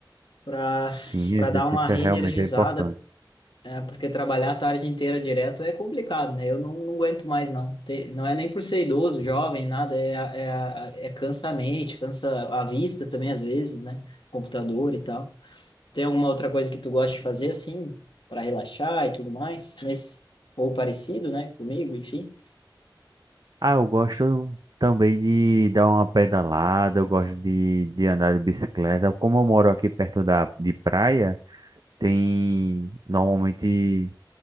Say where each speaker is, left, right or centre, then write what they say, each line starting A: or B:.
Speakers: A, on the left; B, on the right.
A: para
B: Sim, exercício
A: para dar uma reenergizada,
B: é realmente é importante.
A: é, porque trabalhar a tarde inteira direto é complicado, né? Eu não, não aguento mais, não. Te- não é nem por ser idoso, jovem, nada, é, a- é, a- é cansa a mente, cansa a vista também, às vezes, né? Computador e tal. Tem alguma outra coisa que tu gosta de fazer, assim, para relaxar e tudo mais? Nesse, ou parecido, né? Comigo, enfim.
B: Ah, eu gosto também de dar uma pedalada, eu gosto de, de andar de bicicleta. Como eu moro aqui perto da, de praia, Tem, normalmente